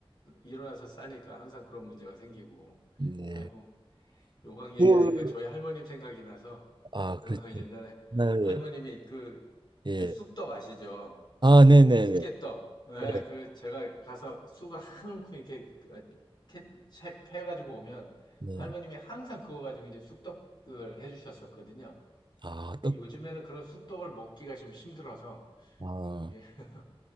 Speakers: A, on the left; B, on the right.
A: 일어나서 싸니까 항상 그런 문제가 생기고,
B: 네.
A: 아이고, 요강 얘기하니까
B: 그,
A: 저희 할머님 생각이 나서,
B: 아,
A: <laughs>
B: 그렇죠.
A: 어, 옛날에
B: 네,
A: 할머님이 그, 왜
B: 예.
A: 쑥떡 아시죠?
B: 아, 네네네.
A: 쑥개떡. 예,
B: 예,
A: 그, 제가 가서 쑥을 한 움큼 이렇게 그, 캐, 채, 가지고 오면
B: 네.
A: 할머님이 항상 그거 가지고 이제 쑥떡을 해주셨었거든요.
B: 아,
A: 근데
B: 떡.
A: 요즘에는 그런 쑥떡을 먹기가 좀 힘들어서
B: 아,
A: 이게 <laughs>